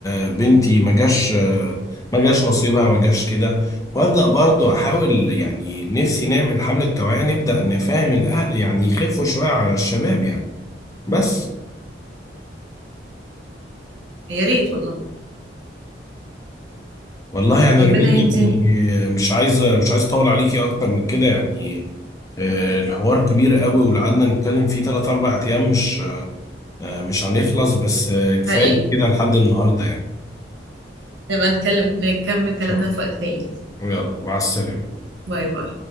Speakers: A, on the left (about 20°); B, on the right (about 85°).
A: آه، بنتي ما جاش آه، ما جاش نصيبها ما جاش كده وابدا برضو احاول يعني نفسي نعمل حمله توعيه نبدا نفهم الاهل يعني يخفوا شويه على الشباب يعني بس
B: يا ريت والله
A: والله يعني
B: ربنا
A: رمين
B: يهديهم
A: يعني آه، مش عايزه مش عايز اطول عليكي اكتر من كده يعني آه، الحوار كبير قوي ولو قعدنا نتكلم فيه 3 4 ايام مش آه، مش هنخلص بس آه، كفايه
B: حقيقي
A: كده لحد النهارده يعني إن
B: نبقى نتكلم نكمل كلامنا
A: شاء الله.
B: في وقت تاني
A: يلا مع السلامه
B: باي باي